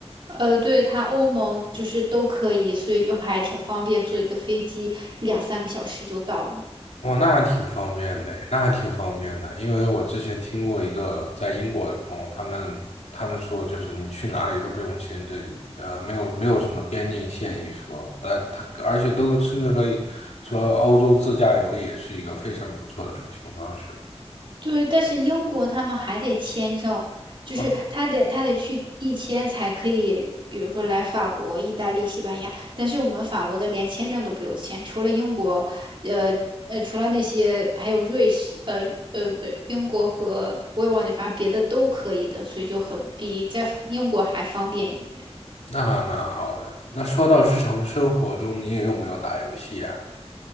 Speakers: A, on the right; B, on the left.
A: 呃，对，它欧盟就是都可以，所以就还挺方便，坐一个飞机两三个小时就到了。
B: 哇，那还挺方便的，那还挺方便的。因为我之前听过一个在英国的朋友，他们他们说，就是你去哪里都不用签证，呃，没有没有什么边境线一说，但他而且都甚至可以说欧洲自驾游也是一个非常不错的出行方式。
A: 对，但是英国他们还得签证，就是他得他得去递签才可以，
B: 嗯，
A: 比如说来法国、意大利、西班牙。但是我们法国的连签证都不用签，除了英国，呃呃，除了那些还有瑞士，呃呃，不对，英国和我也忘记，反正别的都可以的，所以就很比在英国还方便一点。
B: 那还蛮好的。那说到日常生活中，你也有没有打游戏啊？